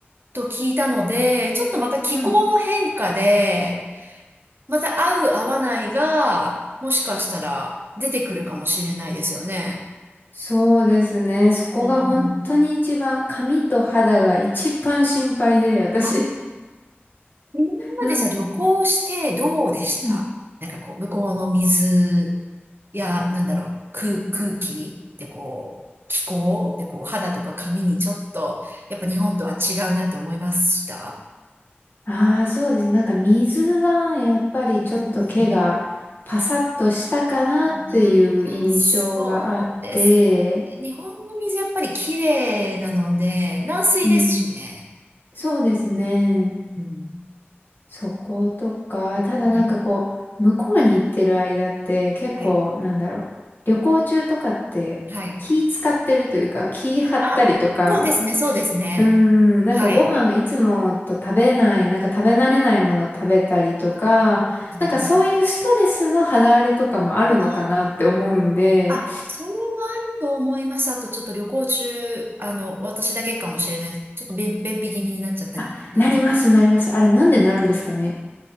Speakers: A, on the right; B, on the left.
A: と聞いたので、ちょっとまた気候の変化で、
B: はい。
A: また合う合わないが、もしかしたら出てくるかもしれないですよね。
B: そうですね。そこが本当に一番、
A: うん。
B: 髪と肌が一番心配で、私。
A: あ今までじゃあ旅行してどうでしたなんかこう、
B: なん、うん。
A: 向こうの水や、なんだろう、空、空気でこう、気候でこう、肌とか髪にちょっと、やっぱ日本とは違うなって思いました
B: ああ、そうですね。なんか水はやっぱりちょっと毛がパサッとしたかなっていう印象があって、
A: うんうんまあそうですね。日本の水やっぱり綺麗なので、軟水ですしね。
B: うん、そうですね。
A: うん。うん
B: そことか、ただなんかこう、
A: はい。
B: 向こうに行ってる間って結構なんだろう、
A: はい。
B: 旅行中とかって気使ってるというか、
A: はい。
B: 気張ったりとか、
A: あ、そうですね、そうですね。
B: うーん、なんかご飯いつもと食べない、
A: はい。
B: なんか食べ慣れないもの食べたりとか、
A: あ、確かに
B: なんかそういうストレスの肌荒れとかもあるのかなって思うんで、
A: あーあ、それはあると思います。あと、ちょっと旅行中、あの、私だけかもしれないちょっと便、便秘気味になっちゃったりとか。
B: あ、なります、なります。あれなんでなるんですかね。